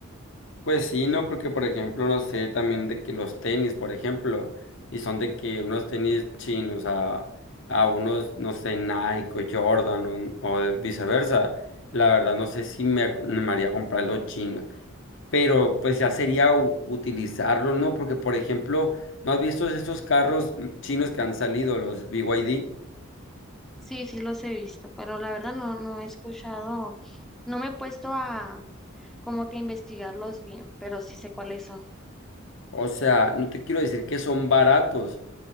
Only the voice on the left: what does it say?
Pues sí, no, porque por ejemplo, no sé también de que los tenis, por ejemplo, y son de que unos tenis chinos a, a unos, no sé, Nike o Jordan o, o viceversa, la verdad no sé si me, ac- me haría comprar los chinos, pero pues ya sería u- utilizarlos, ¿no? Porque por ejemplo, ¿no has visto esos carros mm, chinos que han salido, los BYD?
O sea, no te quiero decir que son baratos,